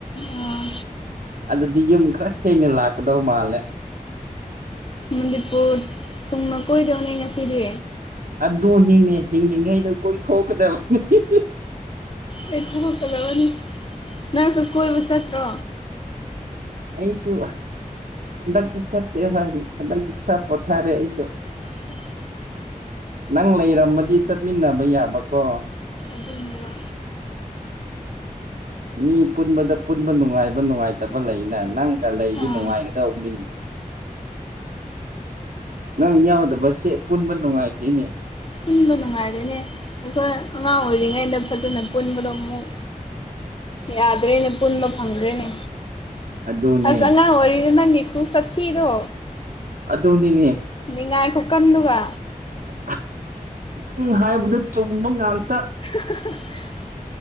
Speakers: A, on the left (about 35°); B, on the right (about 75°).
A: ꯑꯥ
B: ꯑꯗꯨꯗꯤ ꯌꯨꯝ ꯈꯔ ꯊꯦꯡꯅ ꯂꯥꯛꯀꯗꯧ ꯃꯥꯜꯂꯦ
A: ꯃꯅꯤꯄꯨꯔ ꯇꯨꯡꯅ ꯀꯣꯏꯗꯧꯅꯦ ꯉꯁꯤꯗꯤ
B: ꯑꯗꯨꯅꯤꯅꯦ ꯍꯤꯡꯂꯤꯉꯩꯗ ꯀꯣꯏꯊꯣꯛꯀꯗꯕꯅꯤ <unintelligible>
A: ꯑꯩ ꯊꯣꯛꯂꯀꯗꯕꯅꯤ ꯅꯪꯁꯨ ꯀꯣꯏꯕ ꯆꯠꯇ꯭ꯔꯣ
B: ꯑꯩꯁꯨ ꯍꯟꯗꯛꯇꯤ ꯆꯠꯇꯦ <unintelligible> ꯍꯟꯗꯛꯇꯤ ꯈꯔ ꯄꯣꯊꯥꯔꯦ ꯑꯩꯁꯨ
A: <unintelligible>
B: ꯅꯪ ꯂꯩꯔꯝꯃꯗꯤ ꯆꯠꯃꯤꯟꯅꯕ ꯌꯥꯕꯀꯣ
A: ꯑꯗꯨꯅꯦꯕ
B: ꯃꯤ ꯄꯨꯟꯕꯗ ꯄꯨꯟꯕ ꯅꯨꯡꯉꯥꯏꯕ ꯅꯨꯡꯉꯥꯏ ꯇꯕ ꯂꯩꯅ ꯅꯪꯒ ꯂꯩꯗꯤ
A: ꯑꯥ
B: ꯅꯨꯡꯉꯥꯏꯒꯗꯧꯕꯅꯤ ꯅꯪ ꯌꯥꯎꯗꯕꯁꯦ ꯄꯨꯟꯕ ꯅꯨꯡꯉꯥꯏꯇꯦꯅꯦ
A: ꯄꯨꯟꯕ ꯅꯨꯡꯉꯥꯏꯔꯦꯅꯦ ꯑꯩꯈꯣꯏ ꯑꯉꯥꯡ ꯑꯣꯏꯔꯤꯉꯩꯗ ꯐꯖꯅ ꯄꯨꯟꯕꯗꯣ ꯑꯃꯨꯛ ꯌꯥꯗ꯭ꯔꯦꯅꯦ ꯄꯨꯟꯕ ꯐꯪꯗ꯭ꯔꯦꯅꯦ
B: ꯑꯗꯨꯅꯦ
A: ꯑꯁ ꯑꯉꯥꯡ ꯑꯉꯥꯡ ꯑꯣꯏꯔꯤꯉꯩꯗ ꯅꯪꯒꯤ ꯈꯨ ꯁꯛꯊꯤꯗꯣ
B: ꯑꯗꯨꯅꯤꯅꯦ
A: ꯅꯤꯡꯉꯥꯏ ꯈꯨꯀꯟꯗꯨꯒ
B: <unintelligible> ꯅꯪ ꯍꯥꯏꯕꯗꯣ ꯆꯨꯝꯕ ꯉꯥꯛꯇ
A: <unintelligible>